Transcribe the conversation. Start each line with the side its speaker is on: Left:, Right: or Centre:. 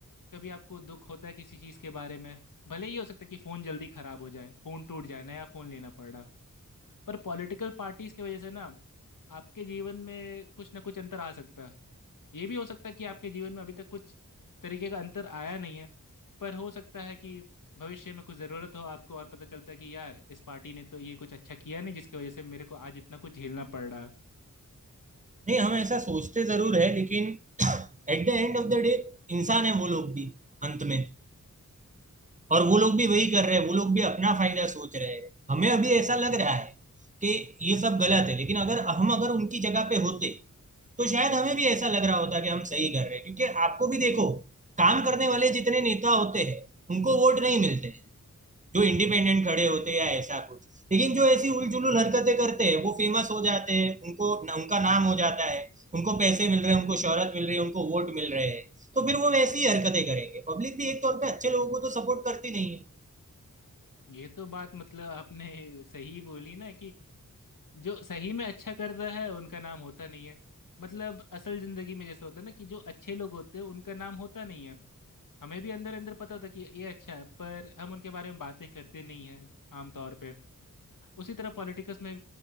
Left: कभी आपको दुख होता है किसी चीज के बारे में भले ही हो सकता है कि फोन जल्दी खराब हो जाए फोन टूट जाए नया फोन लेना पड़ रहा पर पॉलिटिकल पार्टीज की वजह से ना आपके जीवन में कुछ ना कुछ अंतर आ सकता है ये भी हो सकता है कि आपके जीवन में अभी तक कुछ तरीके का अंतर आया नहीं है पर हो सकता है कि भविष्य में कुछ ज़रूरत हो आपको और पता चलता है कि यार इस पार्टी ने तो ये कुछ अच्छा किया नहीं जिसकी वजह से मेरे को आज इतना कुछ झेलना पड़ रहा है
Right: नहीं हम ऐसा सोचते जरूर है लेकिन at the end of the day इंसान है वो लोग भी अंत में और वो लोग भी वही कर रहे हैं वो लोग भी अपना फायदा सोच रहे हैं हमें अभी ऐसा लग रहा है कि ये सब गलत है लेकिन अगर हम अगर उनकी जगह पे होते तो शायद हमें भी ऐसा लग रहा होता कि हम सही कर रहे हैं क्योंकि आपको भी देखो काम करने वाले जितने नेता होते हैं उनको वोट नहीं मिलते जो इंडिपेंडेंट खड़े होते हैं या ऐसा कुछ लेकिन जो ऐसी उलझुल हरकतें करते हैं वो फेमस हो जाते हैं उनको उनका नाम हो जाता है उनको पैसे मिल रहे हैं उनको शोहरत मिल रही है उनको वोट मिल रहे हैं तो फिर वो वैसी ही हरकतें करेंगे पब्लिक भी एक तौर पे अच्छे लोगों को तो सपोर्ट करती नहीं है
Left: ये तो बात मतलब आपने <laughs> सही बोली ना कि जो सही में अच्छा करता है उनका नाम होता नहीं है मतलब असल जिंदगी में जैसे होता है ना कि जो अच्छे लोग होते हैं उनका नाम होता नहीं है हमें भी अंदर अंदर पता होता कि ये अच्छा है पर हम उनके बारे में बातें करते नहीं हैं आमतौर पे उसी तरह पॉलिटिक्स में